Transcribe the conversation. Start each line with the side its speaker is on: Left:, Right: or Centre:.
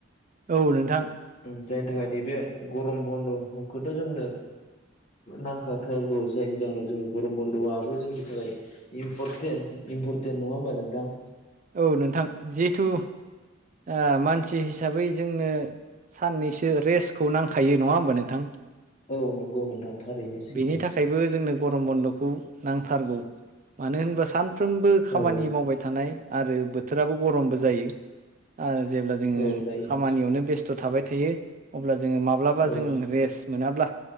Right: औ नोंथां
Left: ओ जायनि थाखाय नैबे गरम बन्द' ह खौथ' जोंनो नांखाथारगौ जायनि जाहोनाव जोङो गरम ब बन्द'बो जोंनि थाखाय इम्परटेन्ट इम्परटेन्ट नङा होमबा नोंथां
Right: औ नोंथां जिहथु ओ मानसि हिसाबै जोंनो साननैसो रेस्टखौ नांखायो नङा होमबा नोंथां
Left: औ नंगौ नोंथां थारैनो सैथो
Right: बेनि थाखायबो जोंनो गरम बन्द'खौ नांथारगौ मानो होनोबा सानफ्रोमबो खामानि
Left: औ
Right: मावबाय थानाय आरो बोथोराबो गरमबो जायो आरो जेब्ला जोङो
Left: औ जायो
Right: खामानियावनो बेस- थ' थाबाय थायो अब्ला जोङो माब्लाबा
Left: औ
Right: जों रेस्ट मोनाब्ला